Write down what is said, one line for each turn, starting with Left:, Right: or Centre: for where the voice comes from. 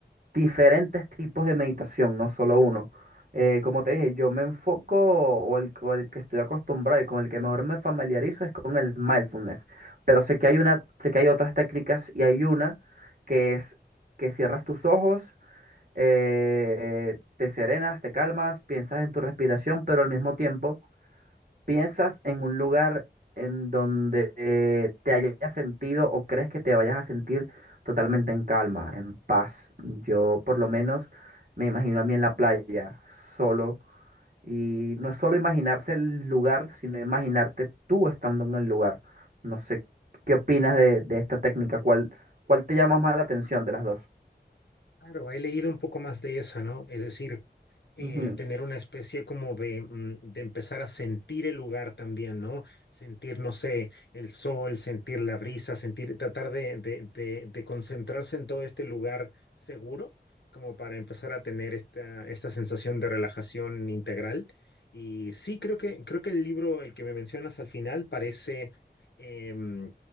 Right: diferentes tipos de meditación, no solo uno. Eh, como te dije, yo me enfoco o el, o el que estoy acostumbrado y con el que mejor me familiarizo es con el mindfulness. Pero sé que hay una, sé que hay otras técnicas y hay una que es que cierras tus ojos, eh, te serenas, te calmas, piensas en tu respiración, pero al mismo tiempo ¿Piensas en un lugar en donde eh, te hayas sentido o crees que te vayas a sentir totalmente en calma, en paz? Yo por lo menos me imagino a mí en la playa, solo, y no es solo imaginarse el lugar, sino imaginarte tú estando en el lugar. No sé, ¿qué opinas de, de esta técnica? ¿Cuál, cuál te llama más la atención de las dos?
Left: Claro, he leído un poco más de eso, ¿no? Es decir, eh,
Right: Ujú,
Left: tener una especie como de, mm, de empezar a sentir el lugar también, ¿no? Sentir, no sé, el sol, sentir la brisa, sentir, tratar de, de, de, de concentrarse en todo este lugar seguro, como para empezar a tener esta, esta sensación de relajación integral. Y sí, creo que, creo que el libro, el que me mencionas al final, parece em,